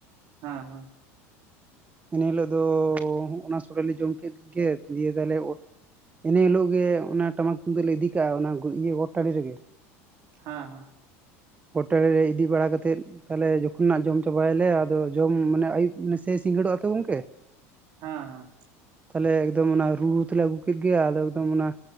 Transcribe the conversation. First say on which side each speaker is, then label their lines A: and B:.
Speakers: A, on the right; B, on the right.
A: ᱦᱮᱸ ᱦᱩᱸ
B: ᱤᱱᱟᱹ ᱦᱤᱞᱳᱜ ᱫᱚᱻ ᱚᱱᱟ ᱥᱚᱲᱮ ᱞᱮ ᱡᱚᱢ ᱠᱮᱫ ᱜᱮ, ᱫᱤᱭᱮ ᱫᱟᱞᱮ ᱚᱲ- ᱤᱱᱟᱹ ᱦᱤᱞᱳᱜ ᱜᱮ ᱚᱱᱟ ᱴᱟᱢᱟᱠ ᱛᱩᱢᱫᱟᱹᱜ ᱞᱮ ᱤᱫᱤ ᱠᱟᱜᱼᱟ, ᱚᱱᱟ ᱤᱭᱟᱹ ᱜᱚᱴ ᱴᱟᱺᱰᱤ ᱨᱮᱜᱮ,
A: ᱦᱟᱸ ᱦᱟᱸ᱾
B: ᱜᱚᱴ ᱴᱟᱲᱤ ᱨᱮ ᱤᱫᱤ ᱵᱟᱲᱟ ᱠᱟᱛᱮᱫ ᱛᱟᱦᱞᱮ ᱡᱚᱠᱷᱚ ᱱᱟᱜ ᱡᱚᱢ ᱪᱟᱵᱟᱭᱟᱞᱮ ᱟᱫᱚ ᱡᱚᱢ ᱢᱟᱱᱮ ᱟᱹᱭᱩᱵ ᱱᱟᱥᱮ ᱥᱤᱸᱜᱟᱹᱲᱚᱜᱼᱟ ᱛᱚ ᱜᱚᱝᱠᱮ᱾
A: ᱦᱮᱸ ᱦᱮᱸ
B: ᱛᱟᱦᱞᱮ ᱮᱠᱫᱚᱢ ᱚᱱᱟ ᱨᱩ ᱨᱩ ᱛᱮᱞᱮ ᱟᱹᱜᱩ ᱠᱮᱫ ᱜᱮ ᱟᱫᱚ ᱮᱠᱫᱚᱢ ᱚᱱᱟ